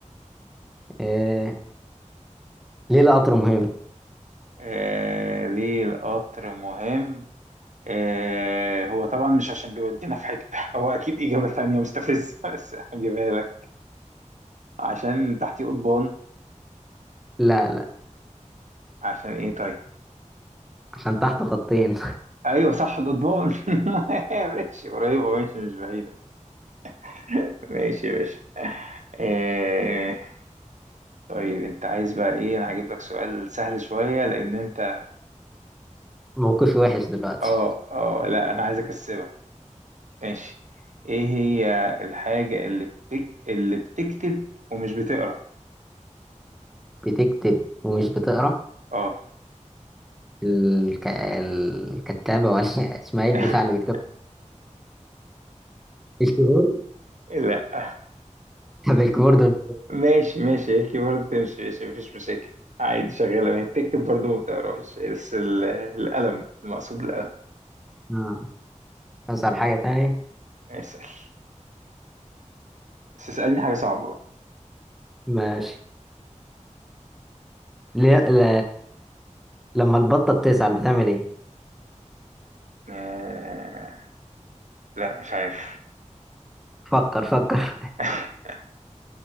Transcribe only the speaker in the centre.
إيه... <laughs> ليه القطر مهم
لا لا
عشان تحت خطين
<laughs> موقفي وحش دلوقتي
بتكتب ومش بتقرا
الك... الكتابة ولا <laughs> اسمها ايه البتاع
اللي بيكتب الكيبورد
طب الكيبورد
اه اسأل حاجة تانية
ماشي ليه ل... لما البطة بتزعل بتعمل ايه
فكر فكر <laughs>